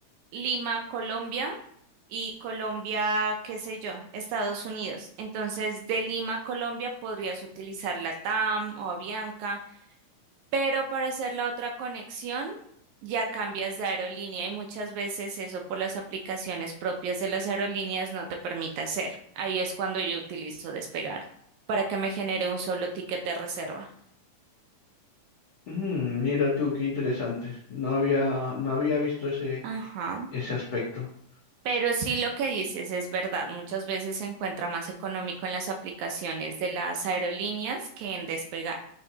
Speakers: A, on the right; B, on the left.
A: Lima, Colombia y Colombia, qué sé yo, Estados Unidos. Entonces, de Lima, Colombia podrías utilizar Latam o Avianca pero para hacer la otra conexión, ya cambias de aerolínea y muchas veces eso por las aplicaciones propias de las aerolíneas no te permite hacer. Ahí es cuando yo utilizo Despegar para que me genere un solo ticket de reserva.
B: mm, mira tú, qué interesante. No había, no había visto ese,
A: Ajá.
B: ese aspecto.
A: Pero sí lo que dices es verdad. Muchas veces se encuentra más económico en las aplicaciones de las aerolíneas que en Despegar.